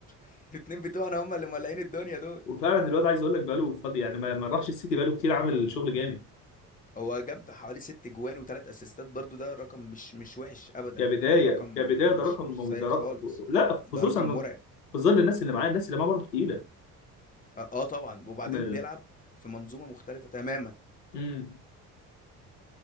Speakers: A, on the left; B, on the left.
A: <laughs> الاتنين بتوعنا هم اللي مولعين الدنيا دول
B: وفعلا الواد عايز اقول لك بقى له فاضي يعني ما ما راحش السيتي بقى له كتير عامل شغل جامد
A: هو جاب حوالي ست جوان وتلات اسيستات برضو ده رقم مش مش وحش ابدا
B: كبدايه
A: آه، رقم
B: كبدايه ده
A: مش
B: رقم
A: مش سيء
B: ده
A: خالص
B: رقم لا
A: ده
B: خصوصا
A: رقم مرعب
B: في ظل الناس اللي معاه الناس اللي معاه برضه تقيله
A: اه آه طبعا وبعدين
B: امم
A: بيلعب في منظومه مختلفه تماما
B: امم